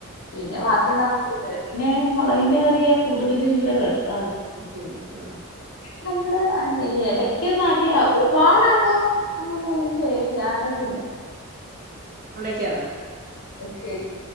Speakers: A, on the left; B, on the right.
A: പിന്നെ
B: ഉം
A: വാക്കി <unintelligible> ന്നാ <unintelligible> പിന്നെ മൊളകിന്റെ കറിയോ കൂടുതലും ഇവിടെ വരും ക്കാറും
B: വിളിക്കുന്നു ആഹ്
A: ഞങ്ങൾ എടക്കെന്ന് ആട്ടിയാ ഒരുപാട് ആഹ് അ അങ്ങനെ ഇത് ചെയ്യത്തി ആട്ടത്തില്ല
B: ക്ക്യതാ
A: ശെരി